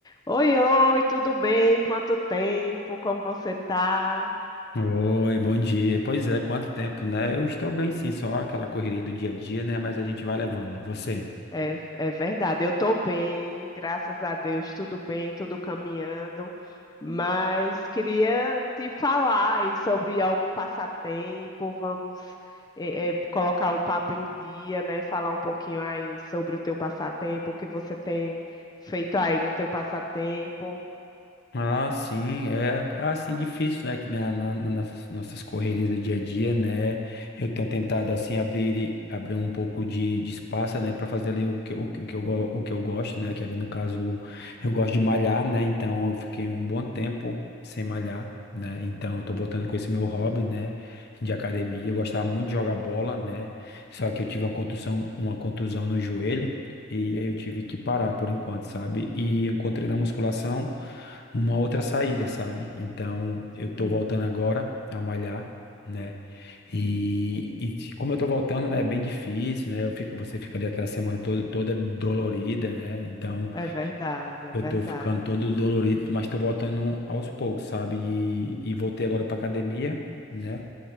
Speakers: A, on the left; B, on the left.
A: Oi, oi, tudo bem? Quanto tempo? Como você tá?
B: Oi, bom dia. Pois é, quanto tempo, né? Eu estou bem sim, só aquela correria do dia a dia, né? Mas a gente vai levando. E você?
A: É, é verdade, eu tô bem, graças a Deus, tudo bem, tudo caminhando. Mas queria te falar aí sobre algum passatempo. Vamos, é, é, colocar o papo em dia, né? Falar um pouquinho aí sobre o teu passatempo, o que você tem feito aí no teu passatempo.
B: Ah, sim, é assim difícil, né, que, né, na- na- nas nossas correrias do dia a dia, né, eu tenho tentado assim abrir abrir um pouco de, de espaço, né, para fazer ali o que, o, que o que eu go- o que eu gosto, né, que era no caso eu gosto de malhar, né, então eu fiquei um bom tempo sem malhar, né, então eu tô voltando com esse meu hobby, né, de academia. Eu gostava muito de jogar bola, né, só que eu tive uma contusão uma contusão no joelho. E aí eu tive que parar
A: É,
B: por enquanto, sabe? E eu encontrei na musculação uma outra saída, sabe? Então eu tô
A: sei.
B: voltando agora a malhar, né? E, e te- como eu tô voltando, né? É bem difícil, né? Eu fico, você fica ali aquela semana toda, toda dolorida, né? Então
A: É verdade, é
B: eu
A: verdade.
B: tô ficando todo dolorido, mas tô voltando aos poucos, sabe? E, e voltei agora pra academia. né?